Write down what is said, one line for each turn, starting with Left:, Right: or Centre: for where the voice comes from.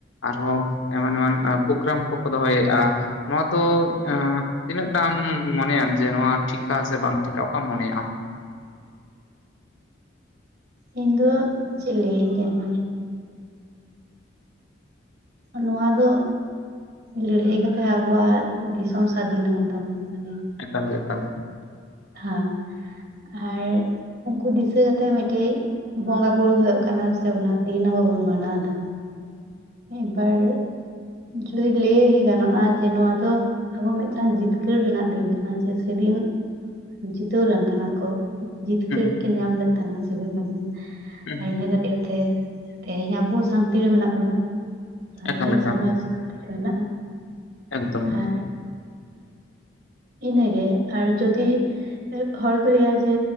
Left: ᱟᱨᱦᱚᱸ ᱮᱢᱟᱱ ᱮᱢᱟᱱ ᱯᱳᱜᱜᱨᱟᱢ ᱠᱚᱠᱚ ᱫᱚᱦᱚᱭᱮᱜᱼᱟ, ᱱᱚᱣᱟ ᱫᱚ ᱮᱸ ᱛᱤᱱᱟᱹᱜ ᱴᱟᱢ ᱢᱚᱱᱮᱭᱟᱢ ᱡᱮ ᱱᱚᱣᱟ ᱴᱷᱤᱠᱟ ᱥᱮ ᱵᱟᱝ ᱴᱷᱤᱠᱟ ᱚᱠᱟᱢ ᱢᱚᱱᱮᱭᱟ ᱟᱢ?
Right: ᱤᱧ ᱫᱚ ᱪᱮᱫ ᱞᱟᱹᱭᱟᱹᱧ ᱧᱮᱞᱢᱮ ᱱᱚᱣᱟ ᱫᱚ ᱞᱟᱹᱲᱦᱟᱹᱭ ᱠᱟᱛᱮᱜ ᱟᱵᱳᱣᱟᱜ ᱫᱤᱥᱚᱢ ᱥᱟᱫᱷᱤᱱ ᱠᱟᱱ ᱛᱟᱵᱚᱱᱟ, ᱢᱟᱱᱮ
Left: ᱮᱠᱟᱞᱜᱮ ᱮᱠᱟᱞᱜᱮ᱾
Right: ᱦᱟᱸ, ᱟᱨ ᱩᱱᱠᱩ ᱫᱤᱥᱟᱹ ᱠᱟᱛᱮᱜ ᱢᱮᱫᱴᱮᱡ ᱵᱚᱸᱜᱟ ᱵᱩᱨᱩ ᱦᱳᱭᱳᱜ ᱠᱟᱱᱟ ᱥᱮ, ᱚᱱᱟ ᱫᱤᱱ ᱟᱵᱚ ᱵᱚᱱ ᱢᱟᱱᱟᱣ ᱫᱟ ᱢᱤᱫ ᱵᱟᱨ ᱡᱩᱫᱤ ᱞᱟᱹᱭ ᱜᱟᱱᱚᱜᱼᱟ ᱡᱮ ᱱᱚᱣᱟ ᱫᱚ ᱟᱵᱚ ᱢᱮᱫᱴᱟᱝ ᱡᱤᱛᱠᱟᱹᱨ ᱨᱮᱱᱟᱜ ᱫᱤᱱ ᱠᱟᱱᱟ, ᱡᱮ ᱥᱮᱫᱤᱱ ᱡᱤᱛᱟᱹᱣ ᱞᱮᱱ ᱛᱟᱦᱮᱱ ᱟᱠᱳ᱾ ᱡᱤᱛᱠᱟᱹᱨ
Left: ᱦᱩᱸ
Right: ᱠᱤᱱ ᱧᱟᱢ ᱞᱮᱫ ᱛᱟᱦᱮᱱᱟ ᱥᱤᱫᱷᱩ ᱠᱟᱹᱱᱩ,
Left: ᱦᱩᱸ
Right: ᱟᱨ ᱤᱱᱟᱹ ᱠᱷᱟᱹᱛᱤᱨ ᱛᱮ ᱛᱮᱦᱮᱧ ᱟᱵᱚ ᱥᱟᱱᱛᱤ ᱨᱮ ᱢᱮᱱᱟᱜ ᱵᱚᱱᱟ᱾ ᱥᱟᱱᱛᱟᱲ
Left: ᱮᱠᱟᱞ ᱮᱠᱟᱞ
Right: ᱥᱚᱢᱟᱡᱽ ᱥᱟᱱᱛᱤ ᱨᱮ ᱢᱮᱱᱟᱜᱼᱟ᱾
Left: ᱮᱠᱫᱚᱢ ᱦᱩᱸ
Right: ᱟᱨ ᱤᱱᱟᱹᱜᱮ, ᱟᱨ ᱡᱩᱫᱤ ᱦᱚᱲ ᱠᱚ ᱞᱟᱹᱭᱟ ᱡᱮ,